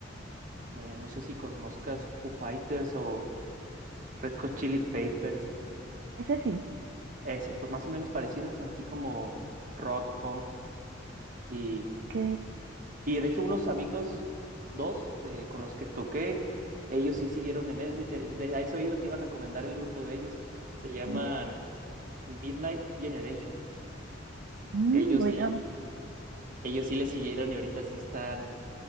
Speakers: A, on the right; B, on the right.
A: eh, no sé si conozcas Foo Fighters o Red Hot Chili Peppers,
B: Ese sí.
A: ese, pues más o menos parecidos, así como rock, funk. Y,
B: Ok.
A: y de hecho unos amigos, dos, de- con los que toqué, ellos sí siguieron en eso y te- de, a eso iba, te iba a recomendar el grupo de ellos. Se llaman
B: Mm,
A: Midnight Generation.
B: mm,
A: Ellos
B: voy
A: sí,
B: a
A: ellos sí le siguieron y ahorita sí están,